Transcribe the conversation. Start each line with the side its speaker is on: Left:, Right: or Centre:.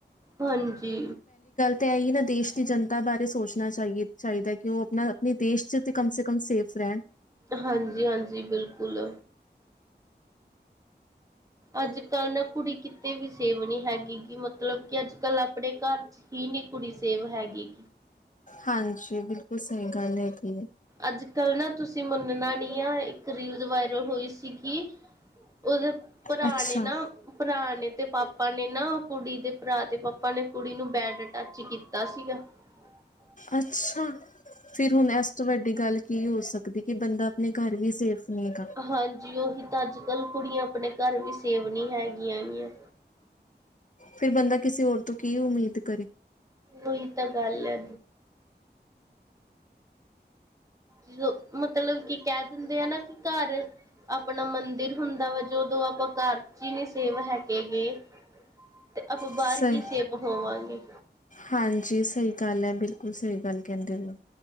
Right: ਹਾਂਜੀ।
Left: ਤੇ ਐਈ ਨਾ, ਦੇਸ਼ ਦੀ ਜਨਤਾ ਵਾਸਤੇ। ਤੇ ਸੋਚਣਾ ਚਾਹੀਏ ਚਾਹੀਦਾ ਕਿ ਉਹ ਆਪਣਾ ਆਪਣੇ ਦੇਸ਼ ਚ ਤੇ ਕਮ ਸੇ ਕਮ ਸੇਫ ਰਹਿਣ।
Right: ਹਾਂਜੀ-ਹਾਂਜੀ ਬਿਲਕੁਲ। ਅੱਜ ਕੱਲ ਨਾ ਕੁੜੀ ਕਿਤੇ ਵੀ ਸੇਫ ਨਹੀਂ ਹੈਗੀ ਕੀ ਮਤਲਬ ਕਿ ਅੱਜ ਕੱਲ੍ਹ ਆਪਣੇ ਘਰ। ਹੀ ਨਹੀਂ ਕੁੜੀ ਸੇਫ ਹੈਗੀ।
Left: ਹਾਂਜੀ ਬਿਲਕੁਲ ਸਹੀ ਗੱਲ ਹੈਗੀ ਐ
Right: ਅੱਜ ਕੱਲ੍ਹ ਨਾ ਤੁਸੀਂ ਮੰਨਣਾ ਨਹੀਂ ਆ ਇੱਕ ਰੀਲ ਵਾਇਰਲ ਹੋਈ ਸੀਗੀ। ਉਹਦੇ ਭਰਾ
Left: ਅੱਛਾ
Right: ਨੇ ਨਾ। ਭਰਾ ਨੇ ਤੇ ਪਾਪਾ ਨੇ ਨਾ ਕੁੜੀ ਦੇ ਭਰਾ ਤੇ ਪਾਪਾ ਨੇ ਕੁੜੀ ਨੂੰ ਬੈਡ ਟੱਚ ਕੀਤਾ ਸੀਗਾ। ਅੱਛਾ ਜੀ।
Left: ਅੱਛਾ ਫਿਰ ਹੁਣ ਇਸ ਤੋਂ ਵੱਡੀ ਗੱਲ। ਕੀ ਹੋ ਸਕਦੀ ਕਿ ਬੰਦਾ ਆਪਣੇ ਘਰ ਵੀ ਸੇਫ ਨਹੀਂ ਹੈਗਾ
Right: ਹਾਂਜੀ ਉਹੀ ਤਾਂ ਅੱਜ ਕੱਲ ਕੁੜੀਆਂ ਆਪਣੇ ਘਰ ਵੀ ਸੇਫ ਨਹੀਂ ਹੈਗੀਆਂ ਹੈਗੀਆਂ
Left: ਫਿਰ ਬੰਦਾ ਕਿਸੇ ਹੋਰ ਤੋਂ ਕੀ ਉਮੀਦ ਕਰੇ
Right: ਉਹੀ ਤਾਂ ਗੱਲ ਹੈ ਜਦੋ ਮਤਲਬ ਕੀ ਕਹਿ ਦਿੰਦੇ ਆ ਨਾ, ਕੀ ਘਰ ਆਪਣਾ ਮੰਦਿਰ ਹੁੰਦਾ ਵਾ, ਜਦੋਂ ਆਪਾਂ ਘਰ ਵਿਚ ਹੀ ਨੀ ਸੇਫ ਨਹੀ ਹੈਗੇ ਏ ਤੇ ਆਪਾਂ ਬਾਹਰ
Left: ਸਹੀ
Right: ਕੀ ਸੇਫ ਹੋਵਾਂਗੇ
Left: ਹਾਂਜੀ ਸਹੀ ਗੱਲ ਹੈ ਬਿਲਕੁਲ ਸਹੀ ਗੱਲ ਕਹਿੰਦੇ ਪਏ ਔ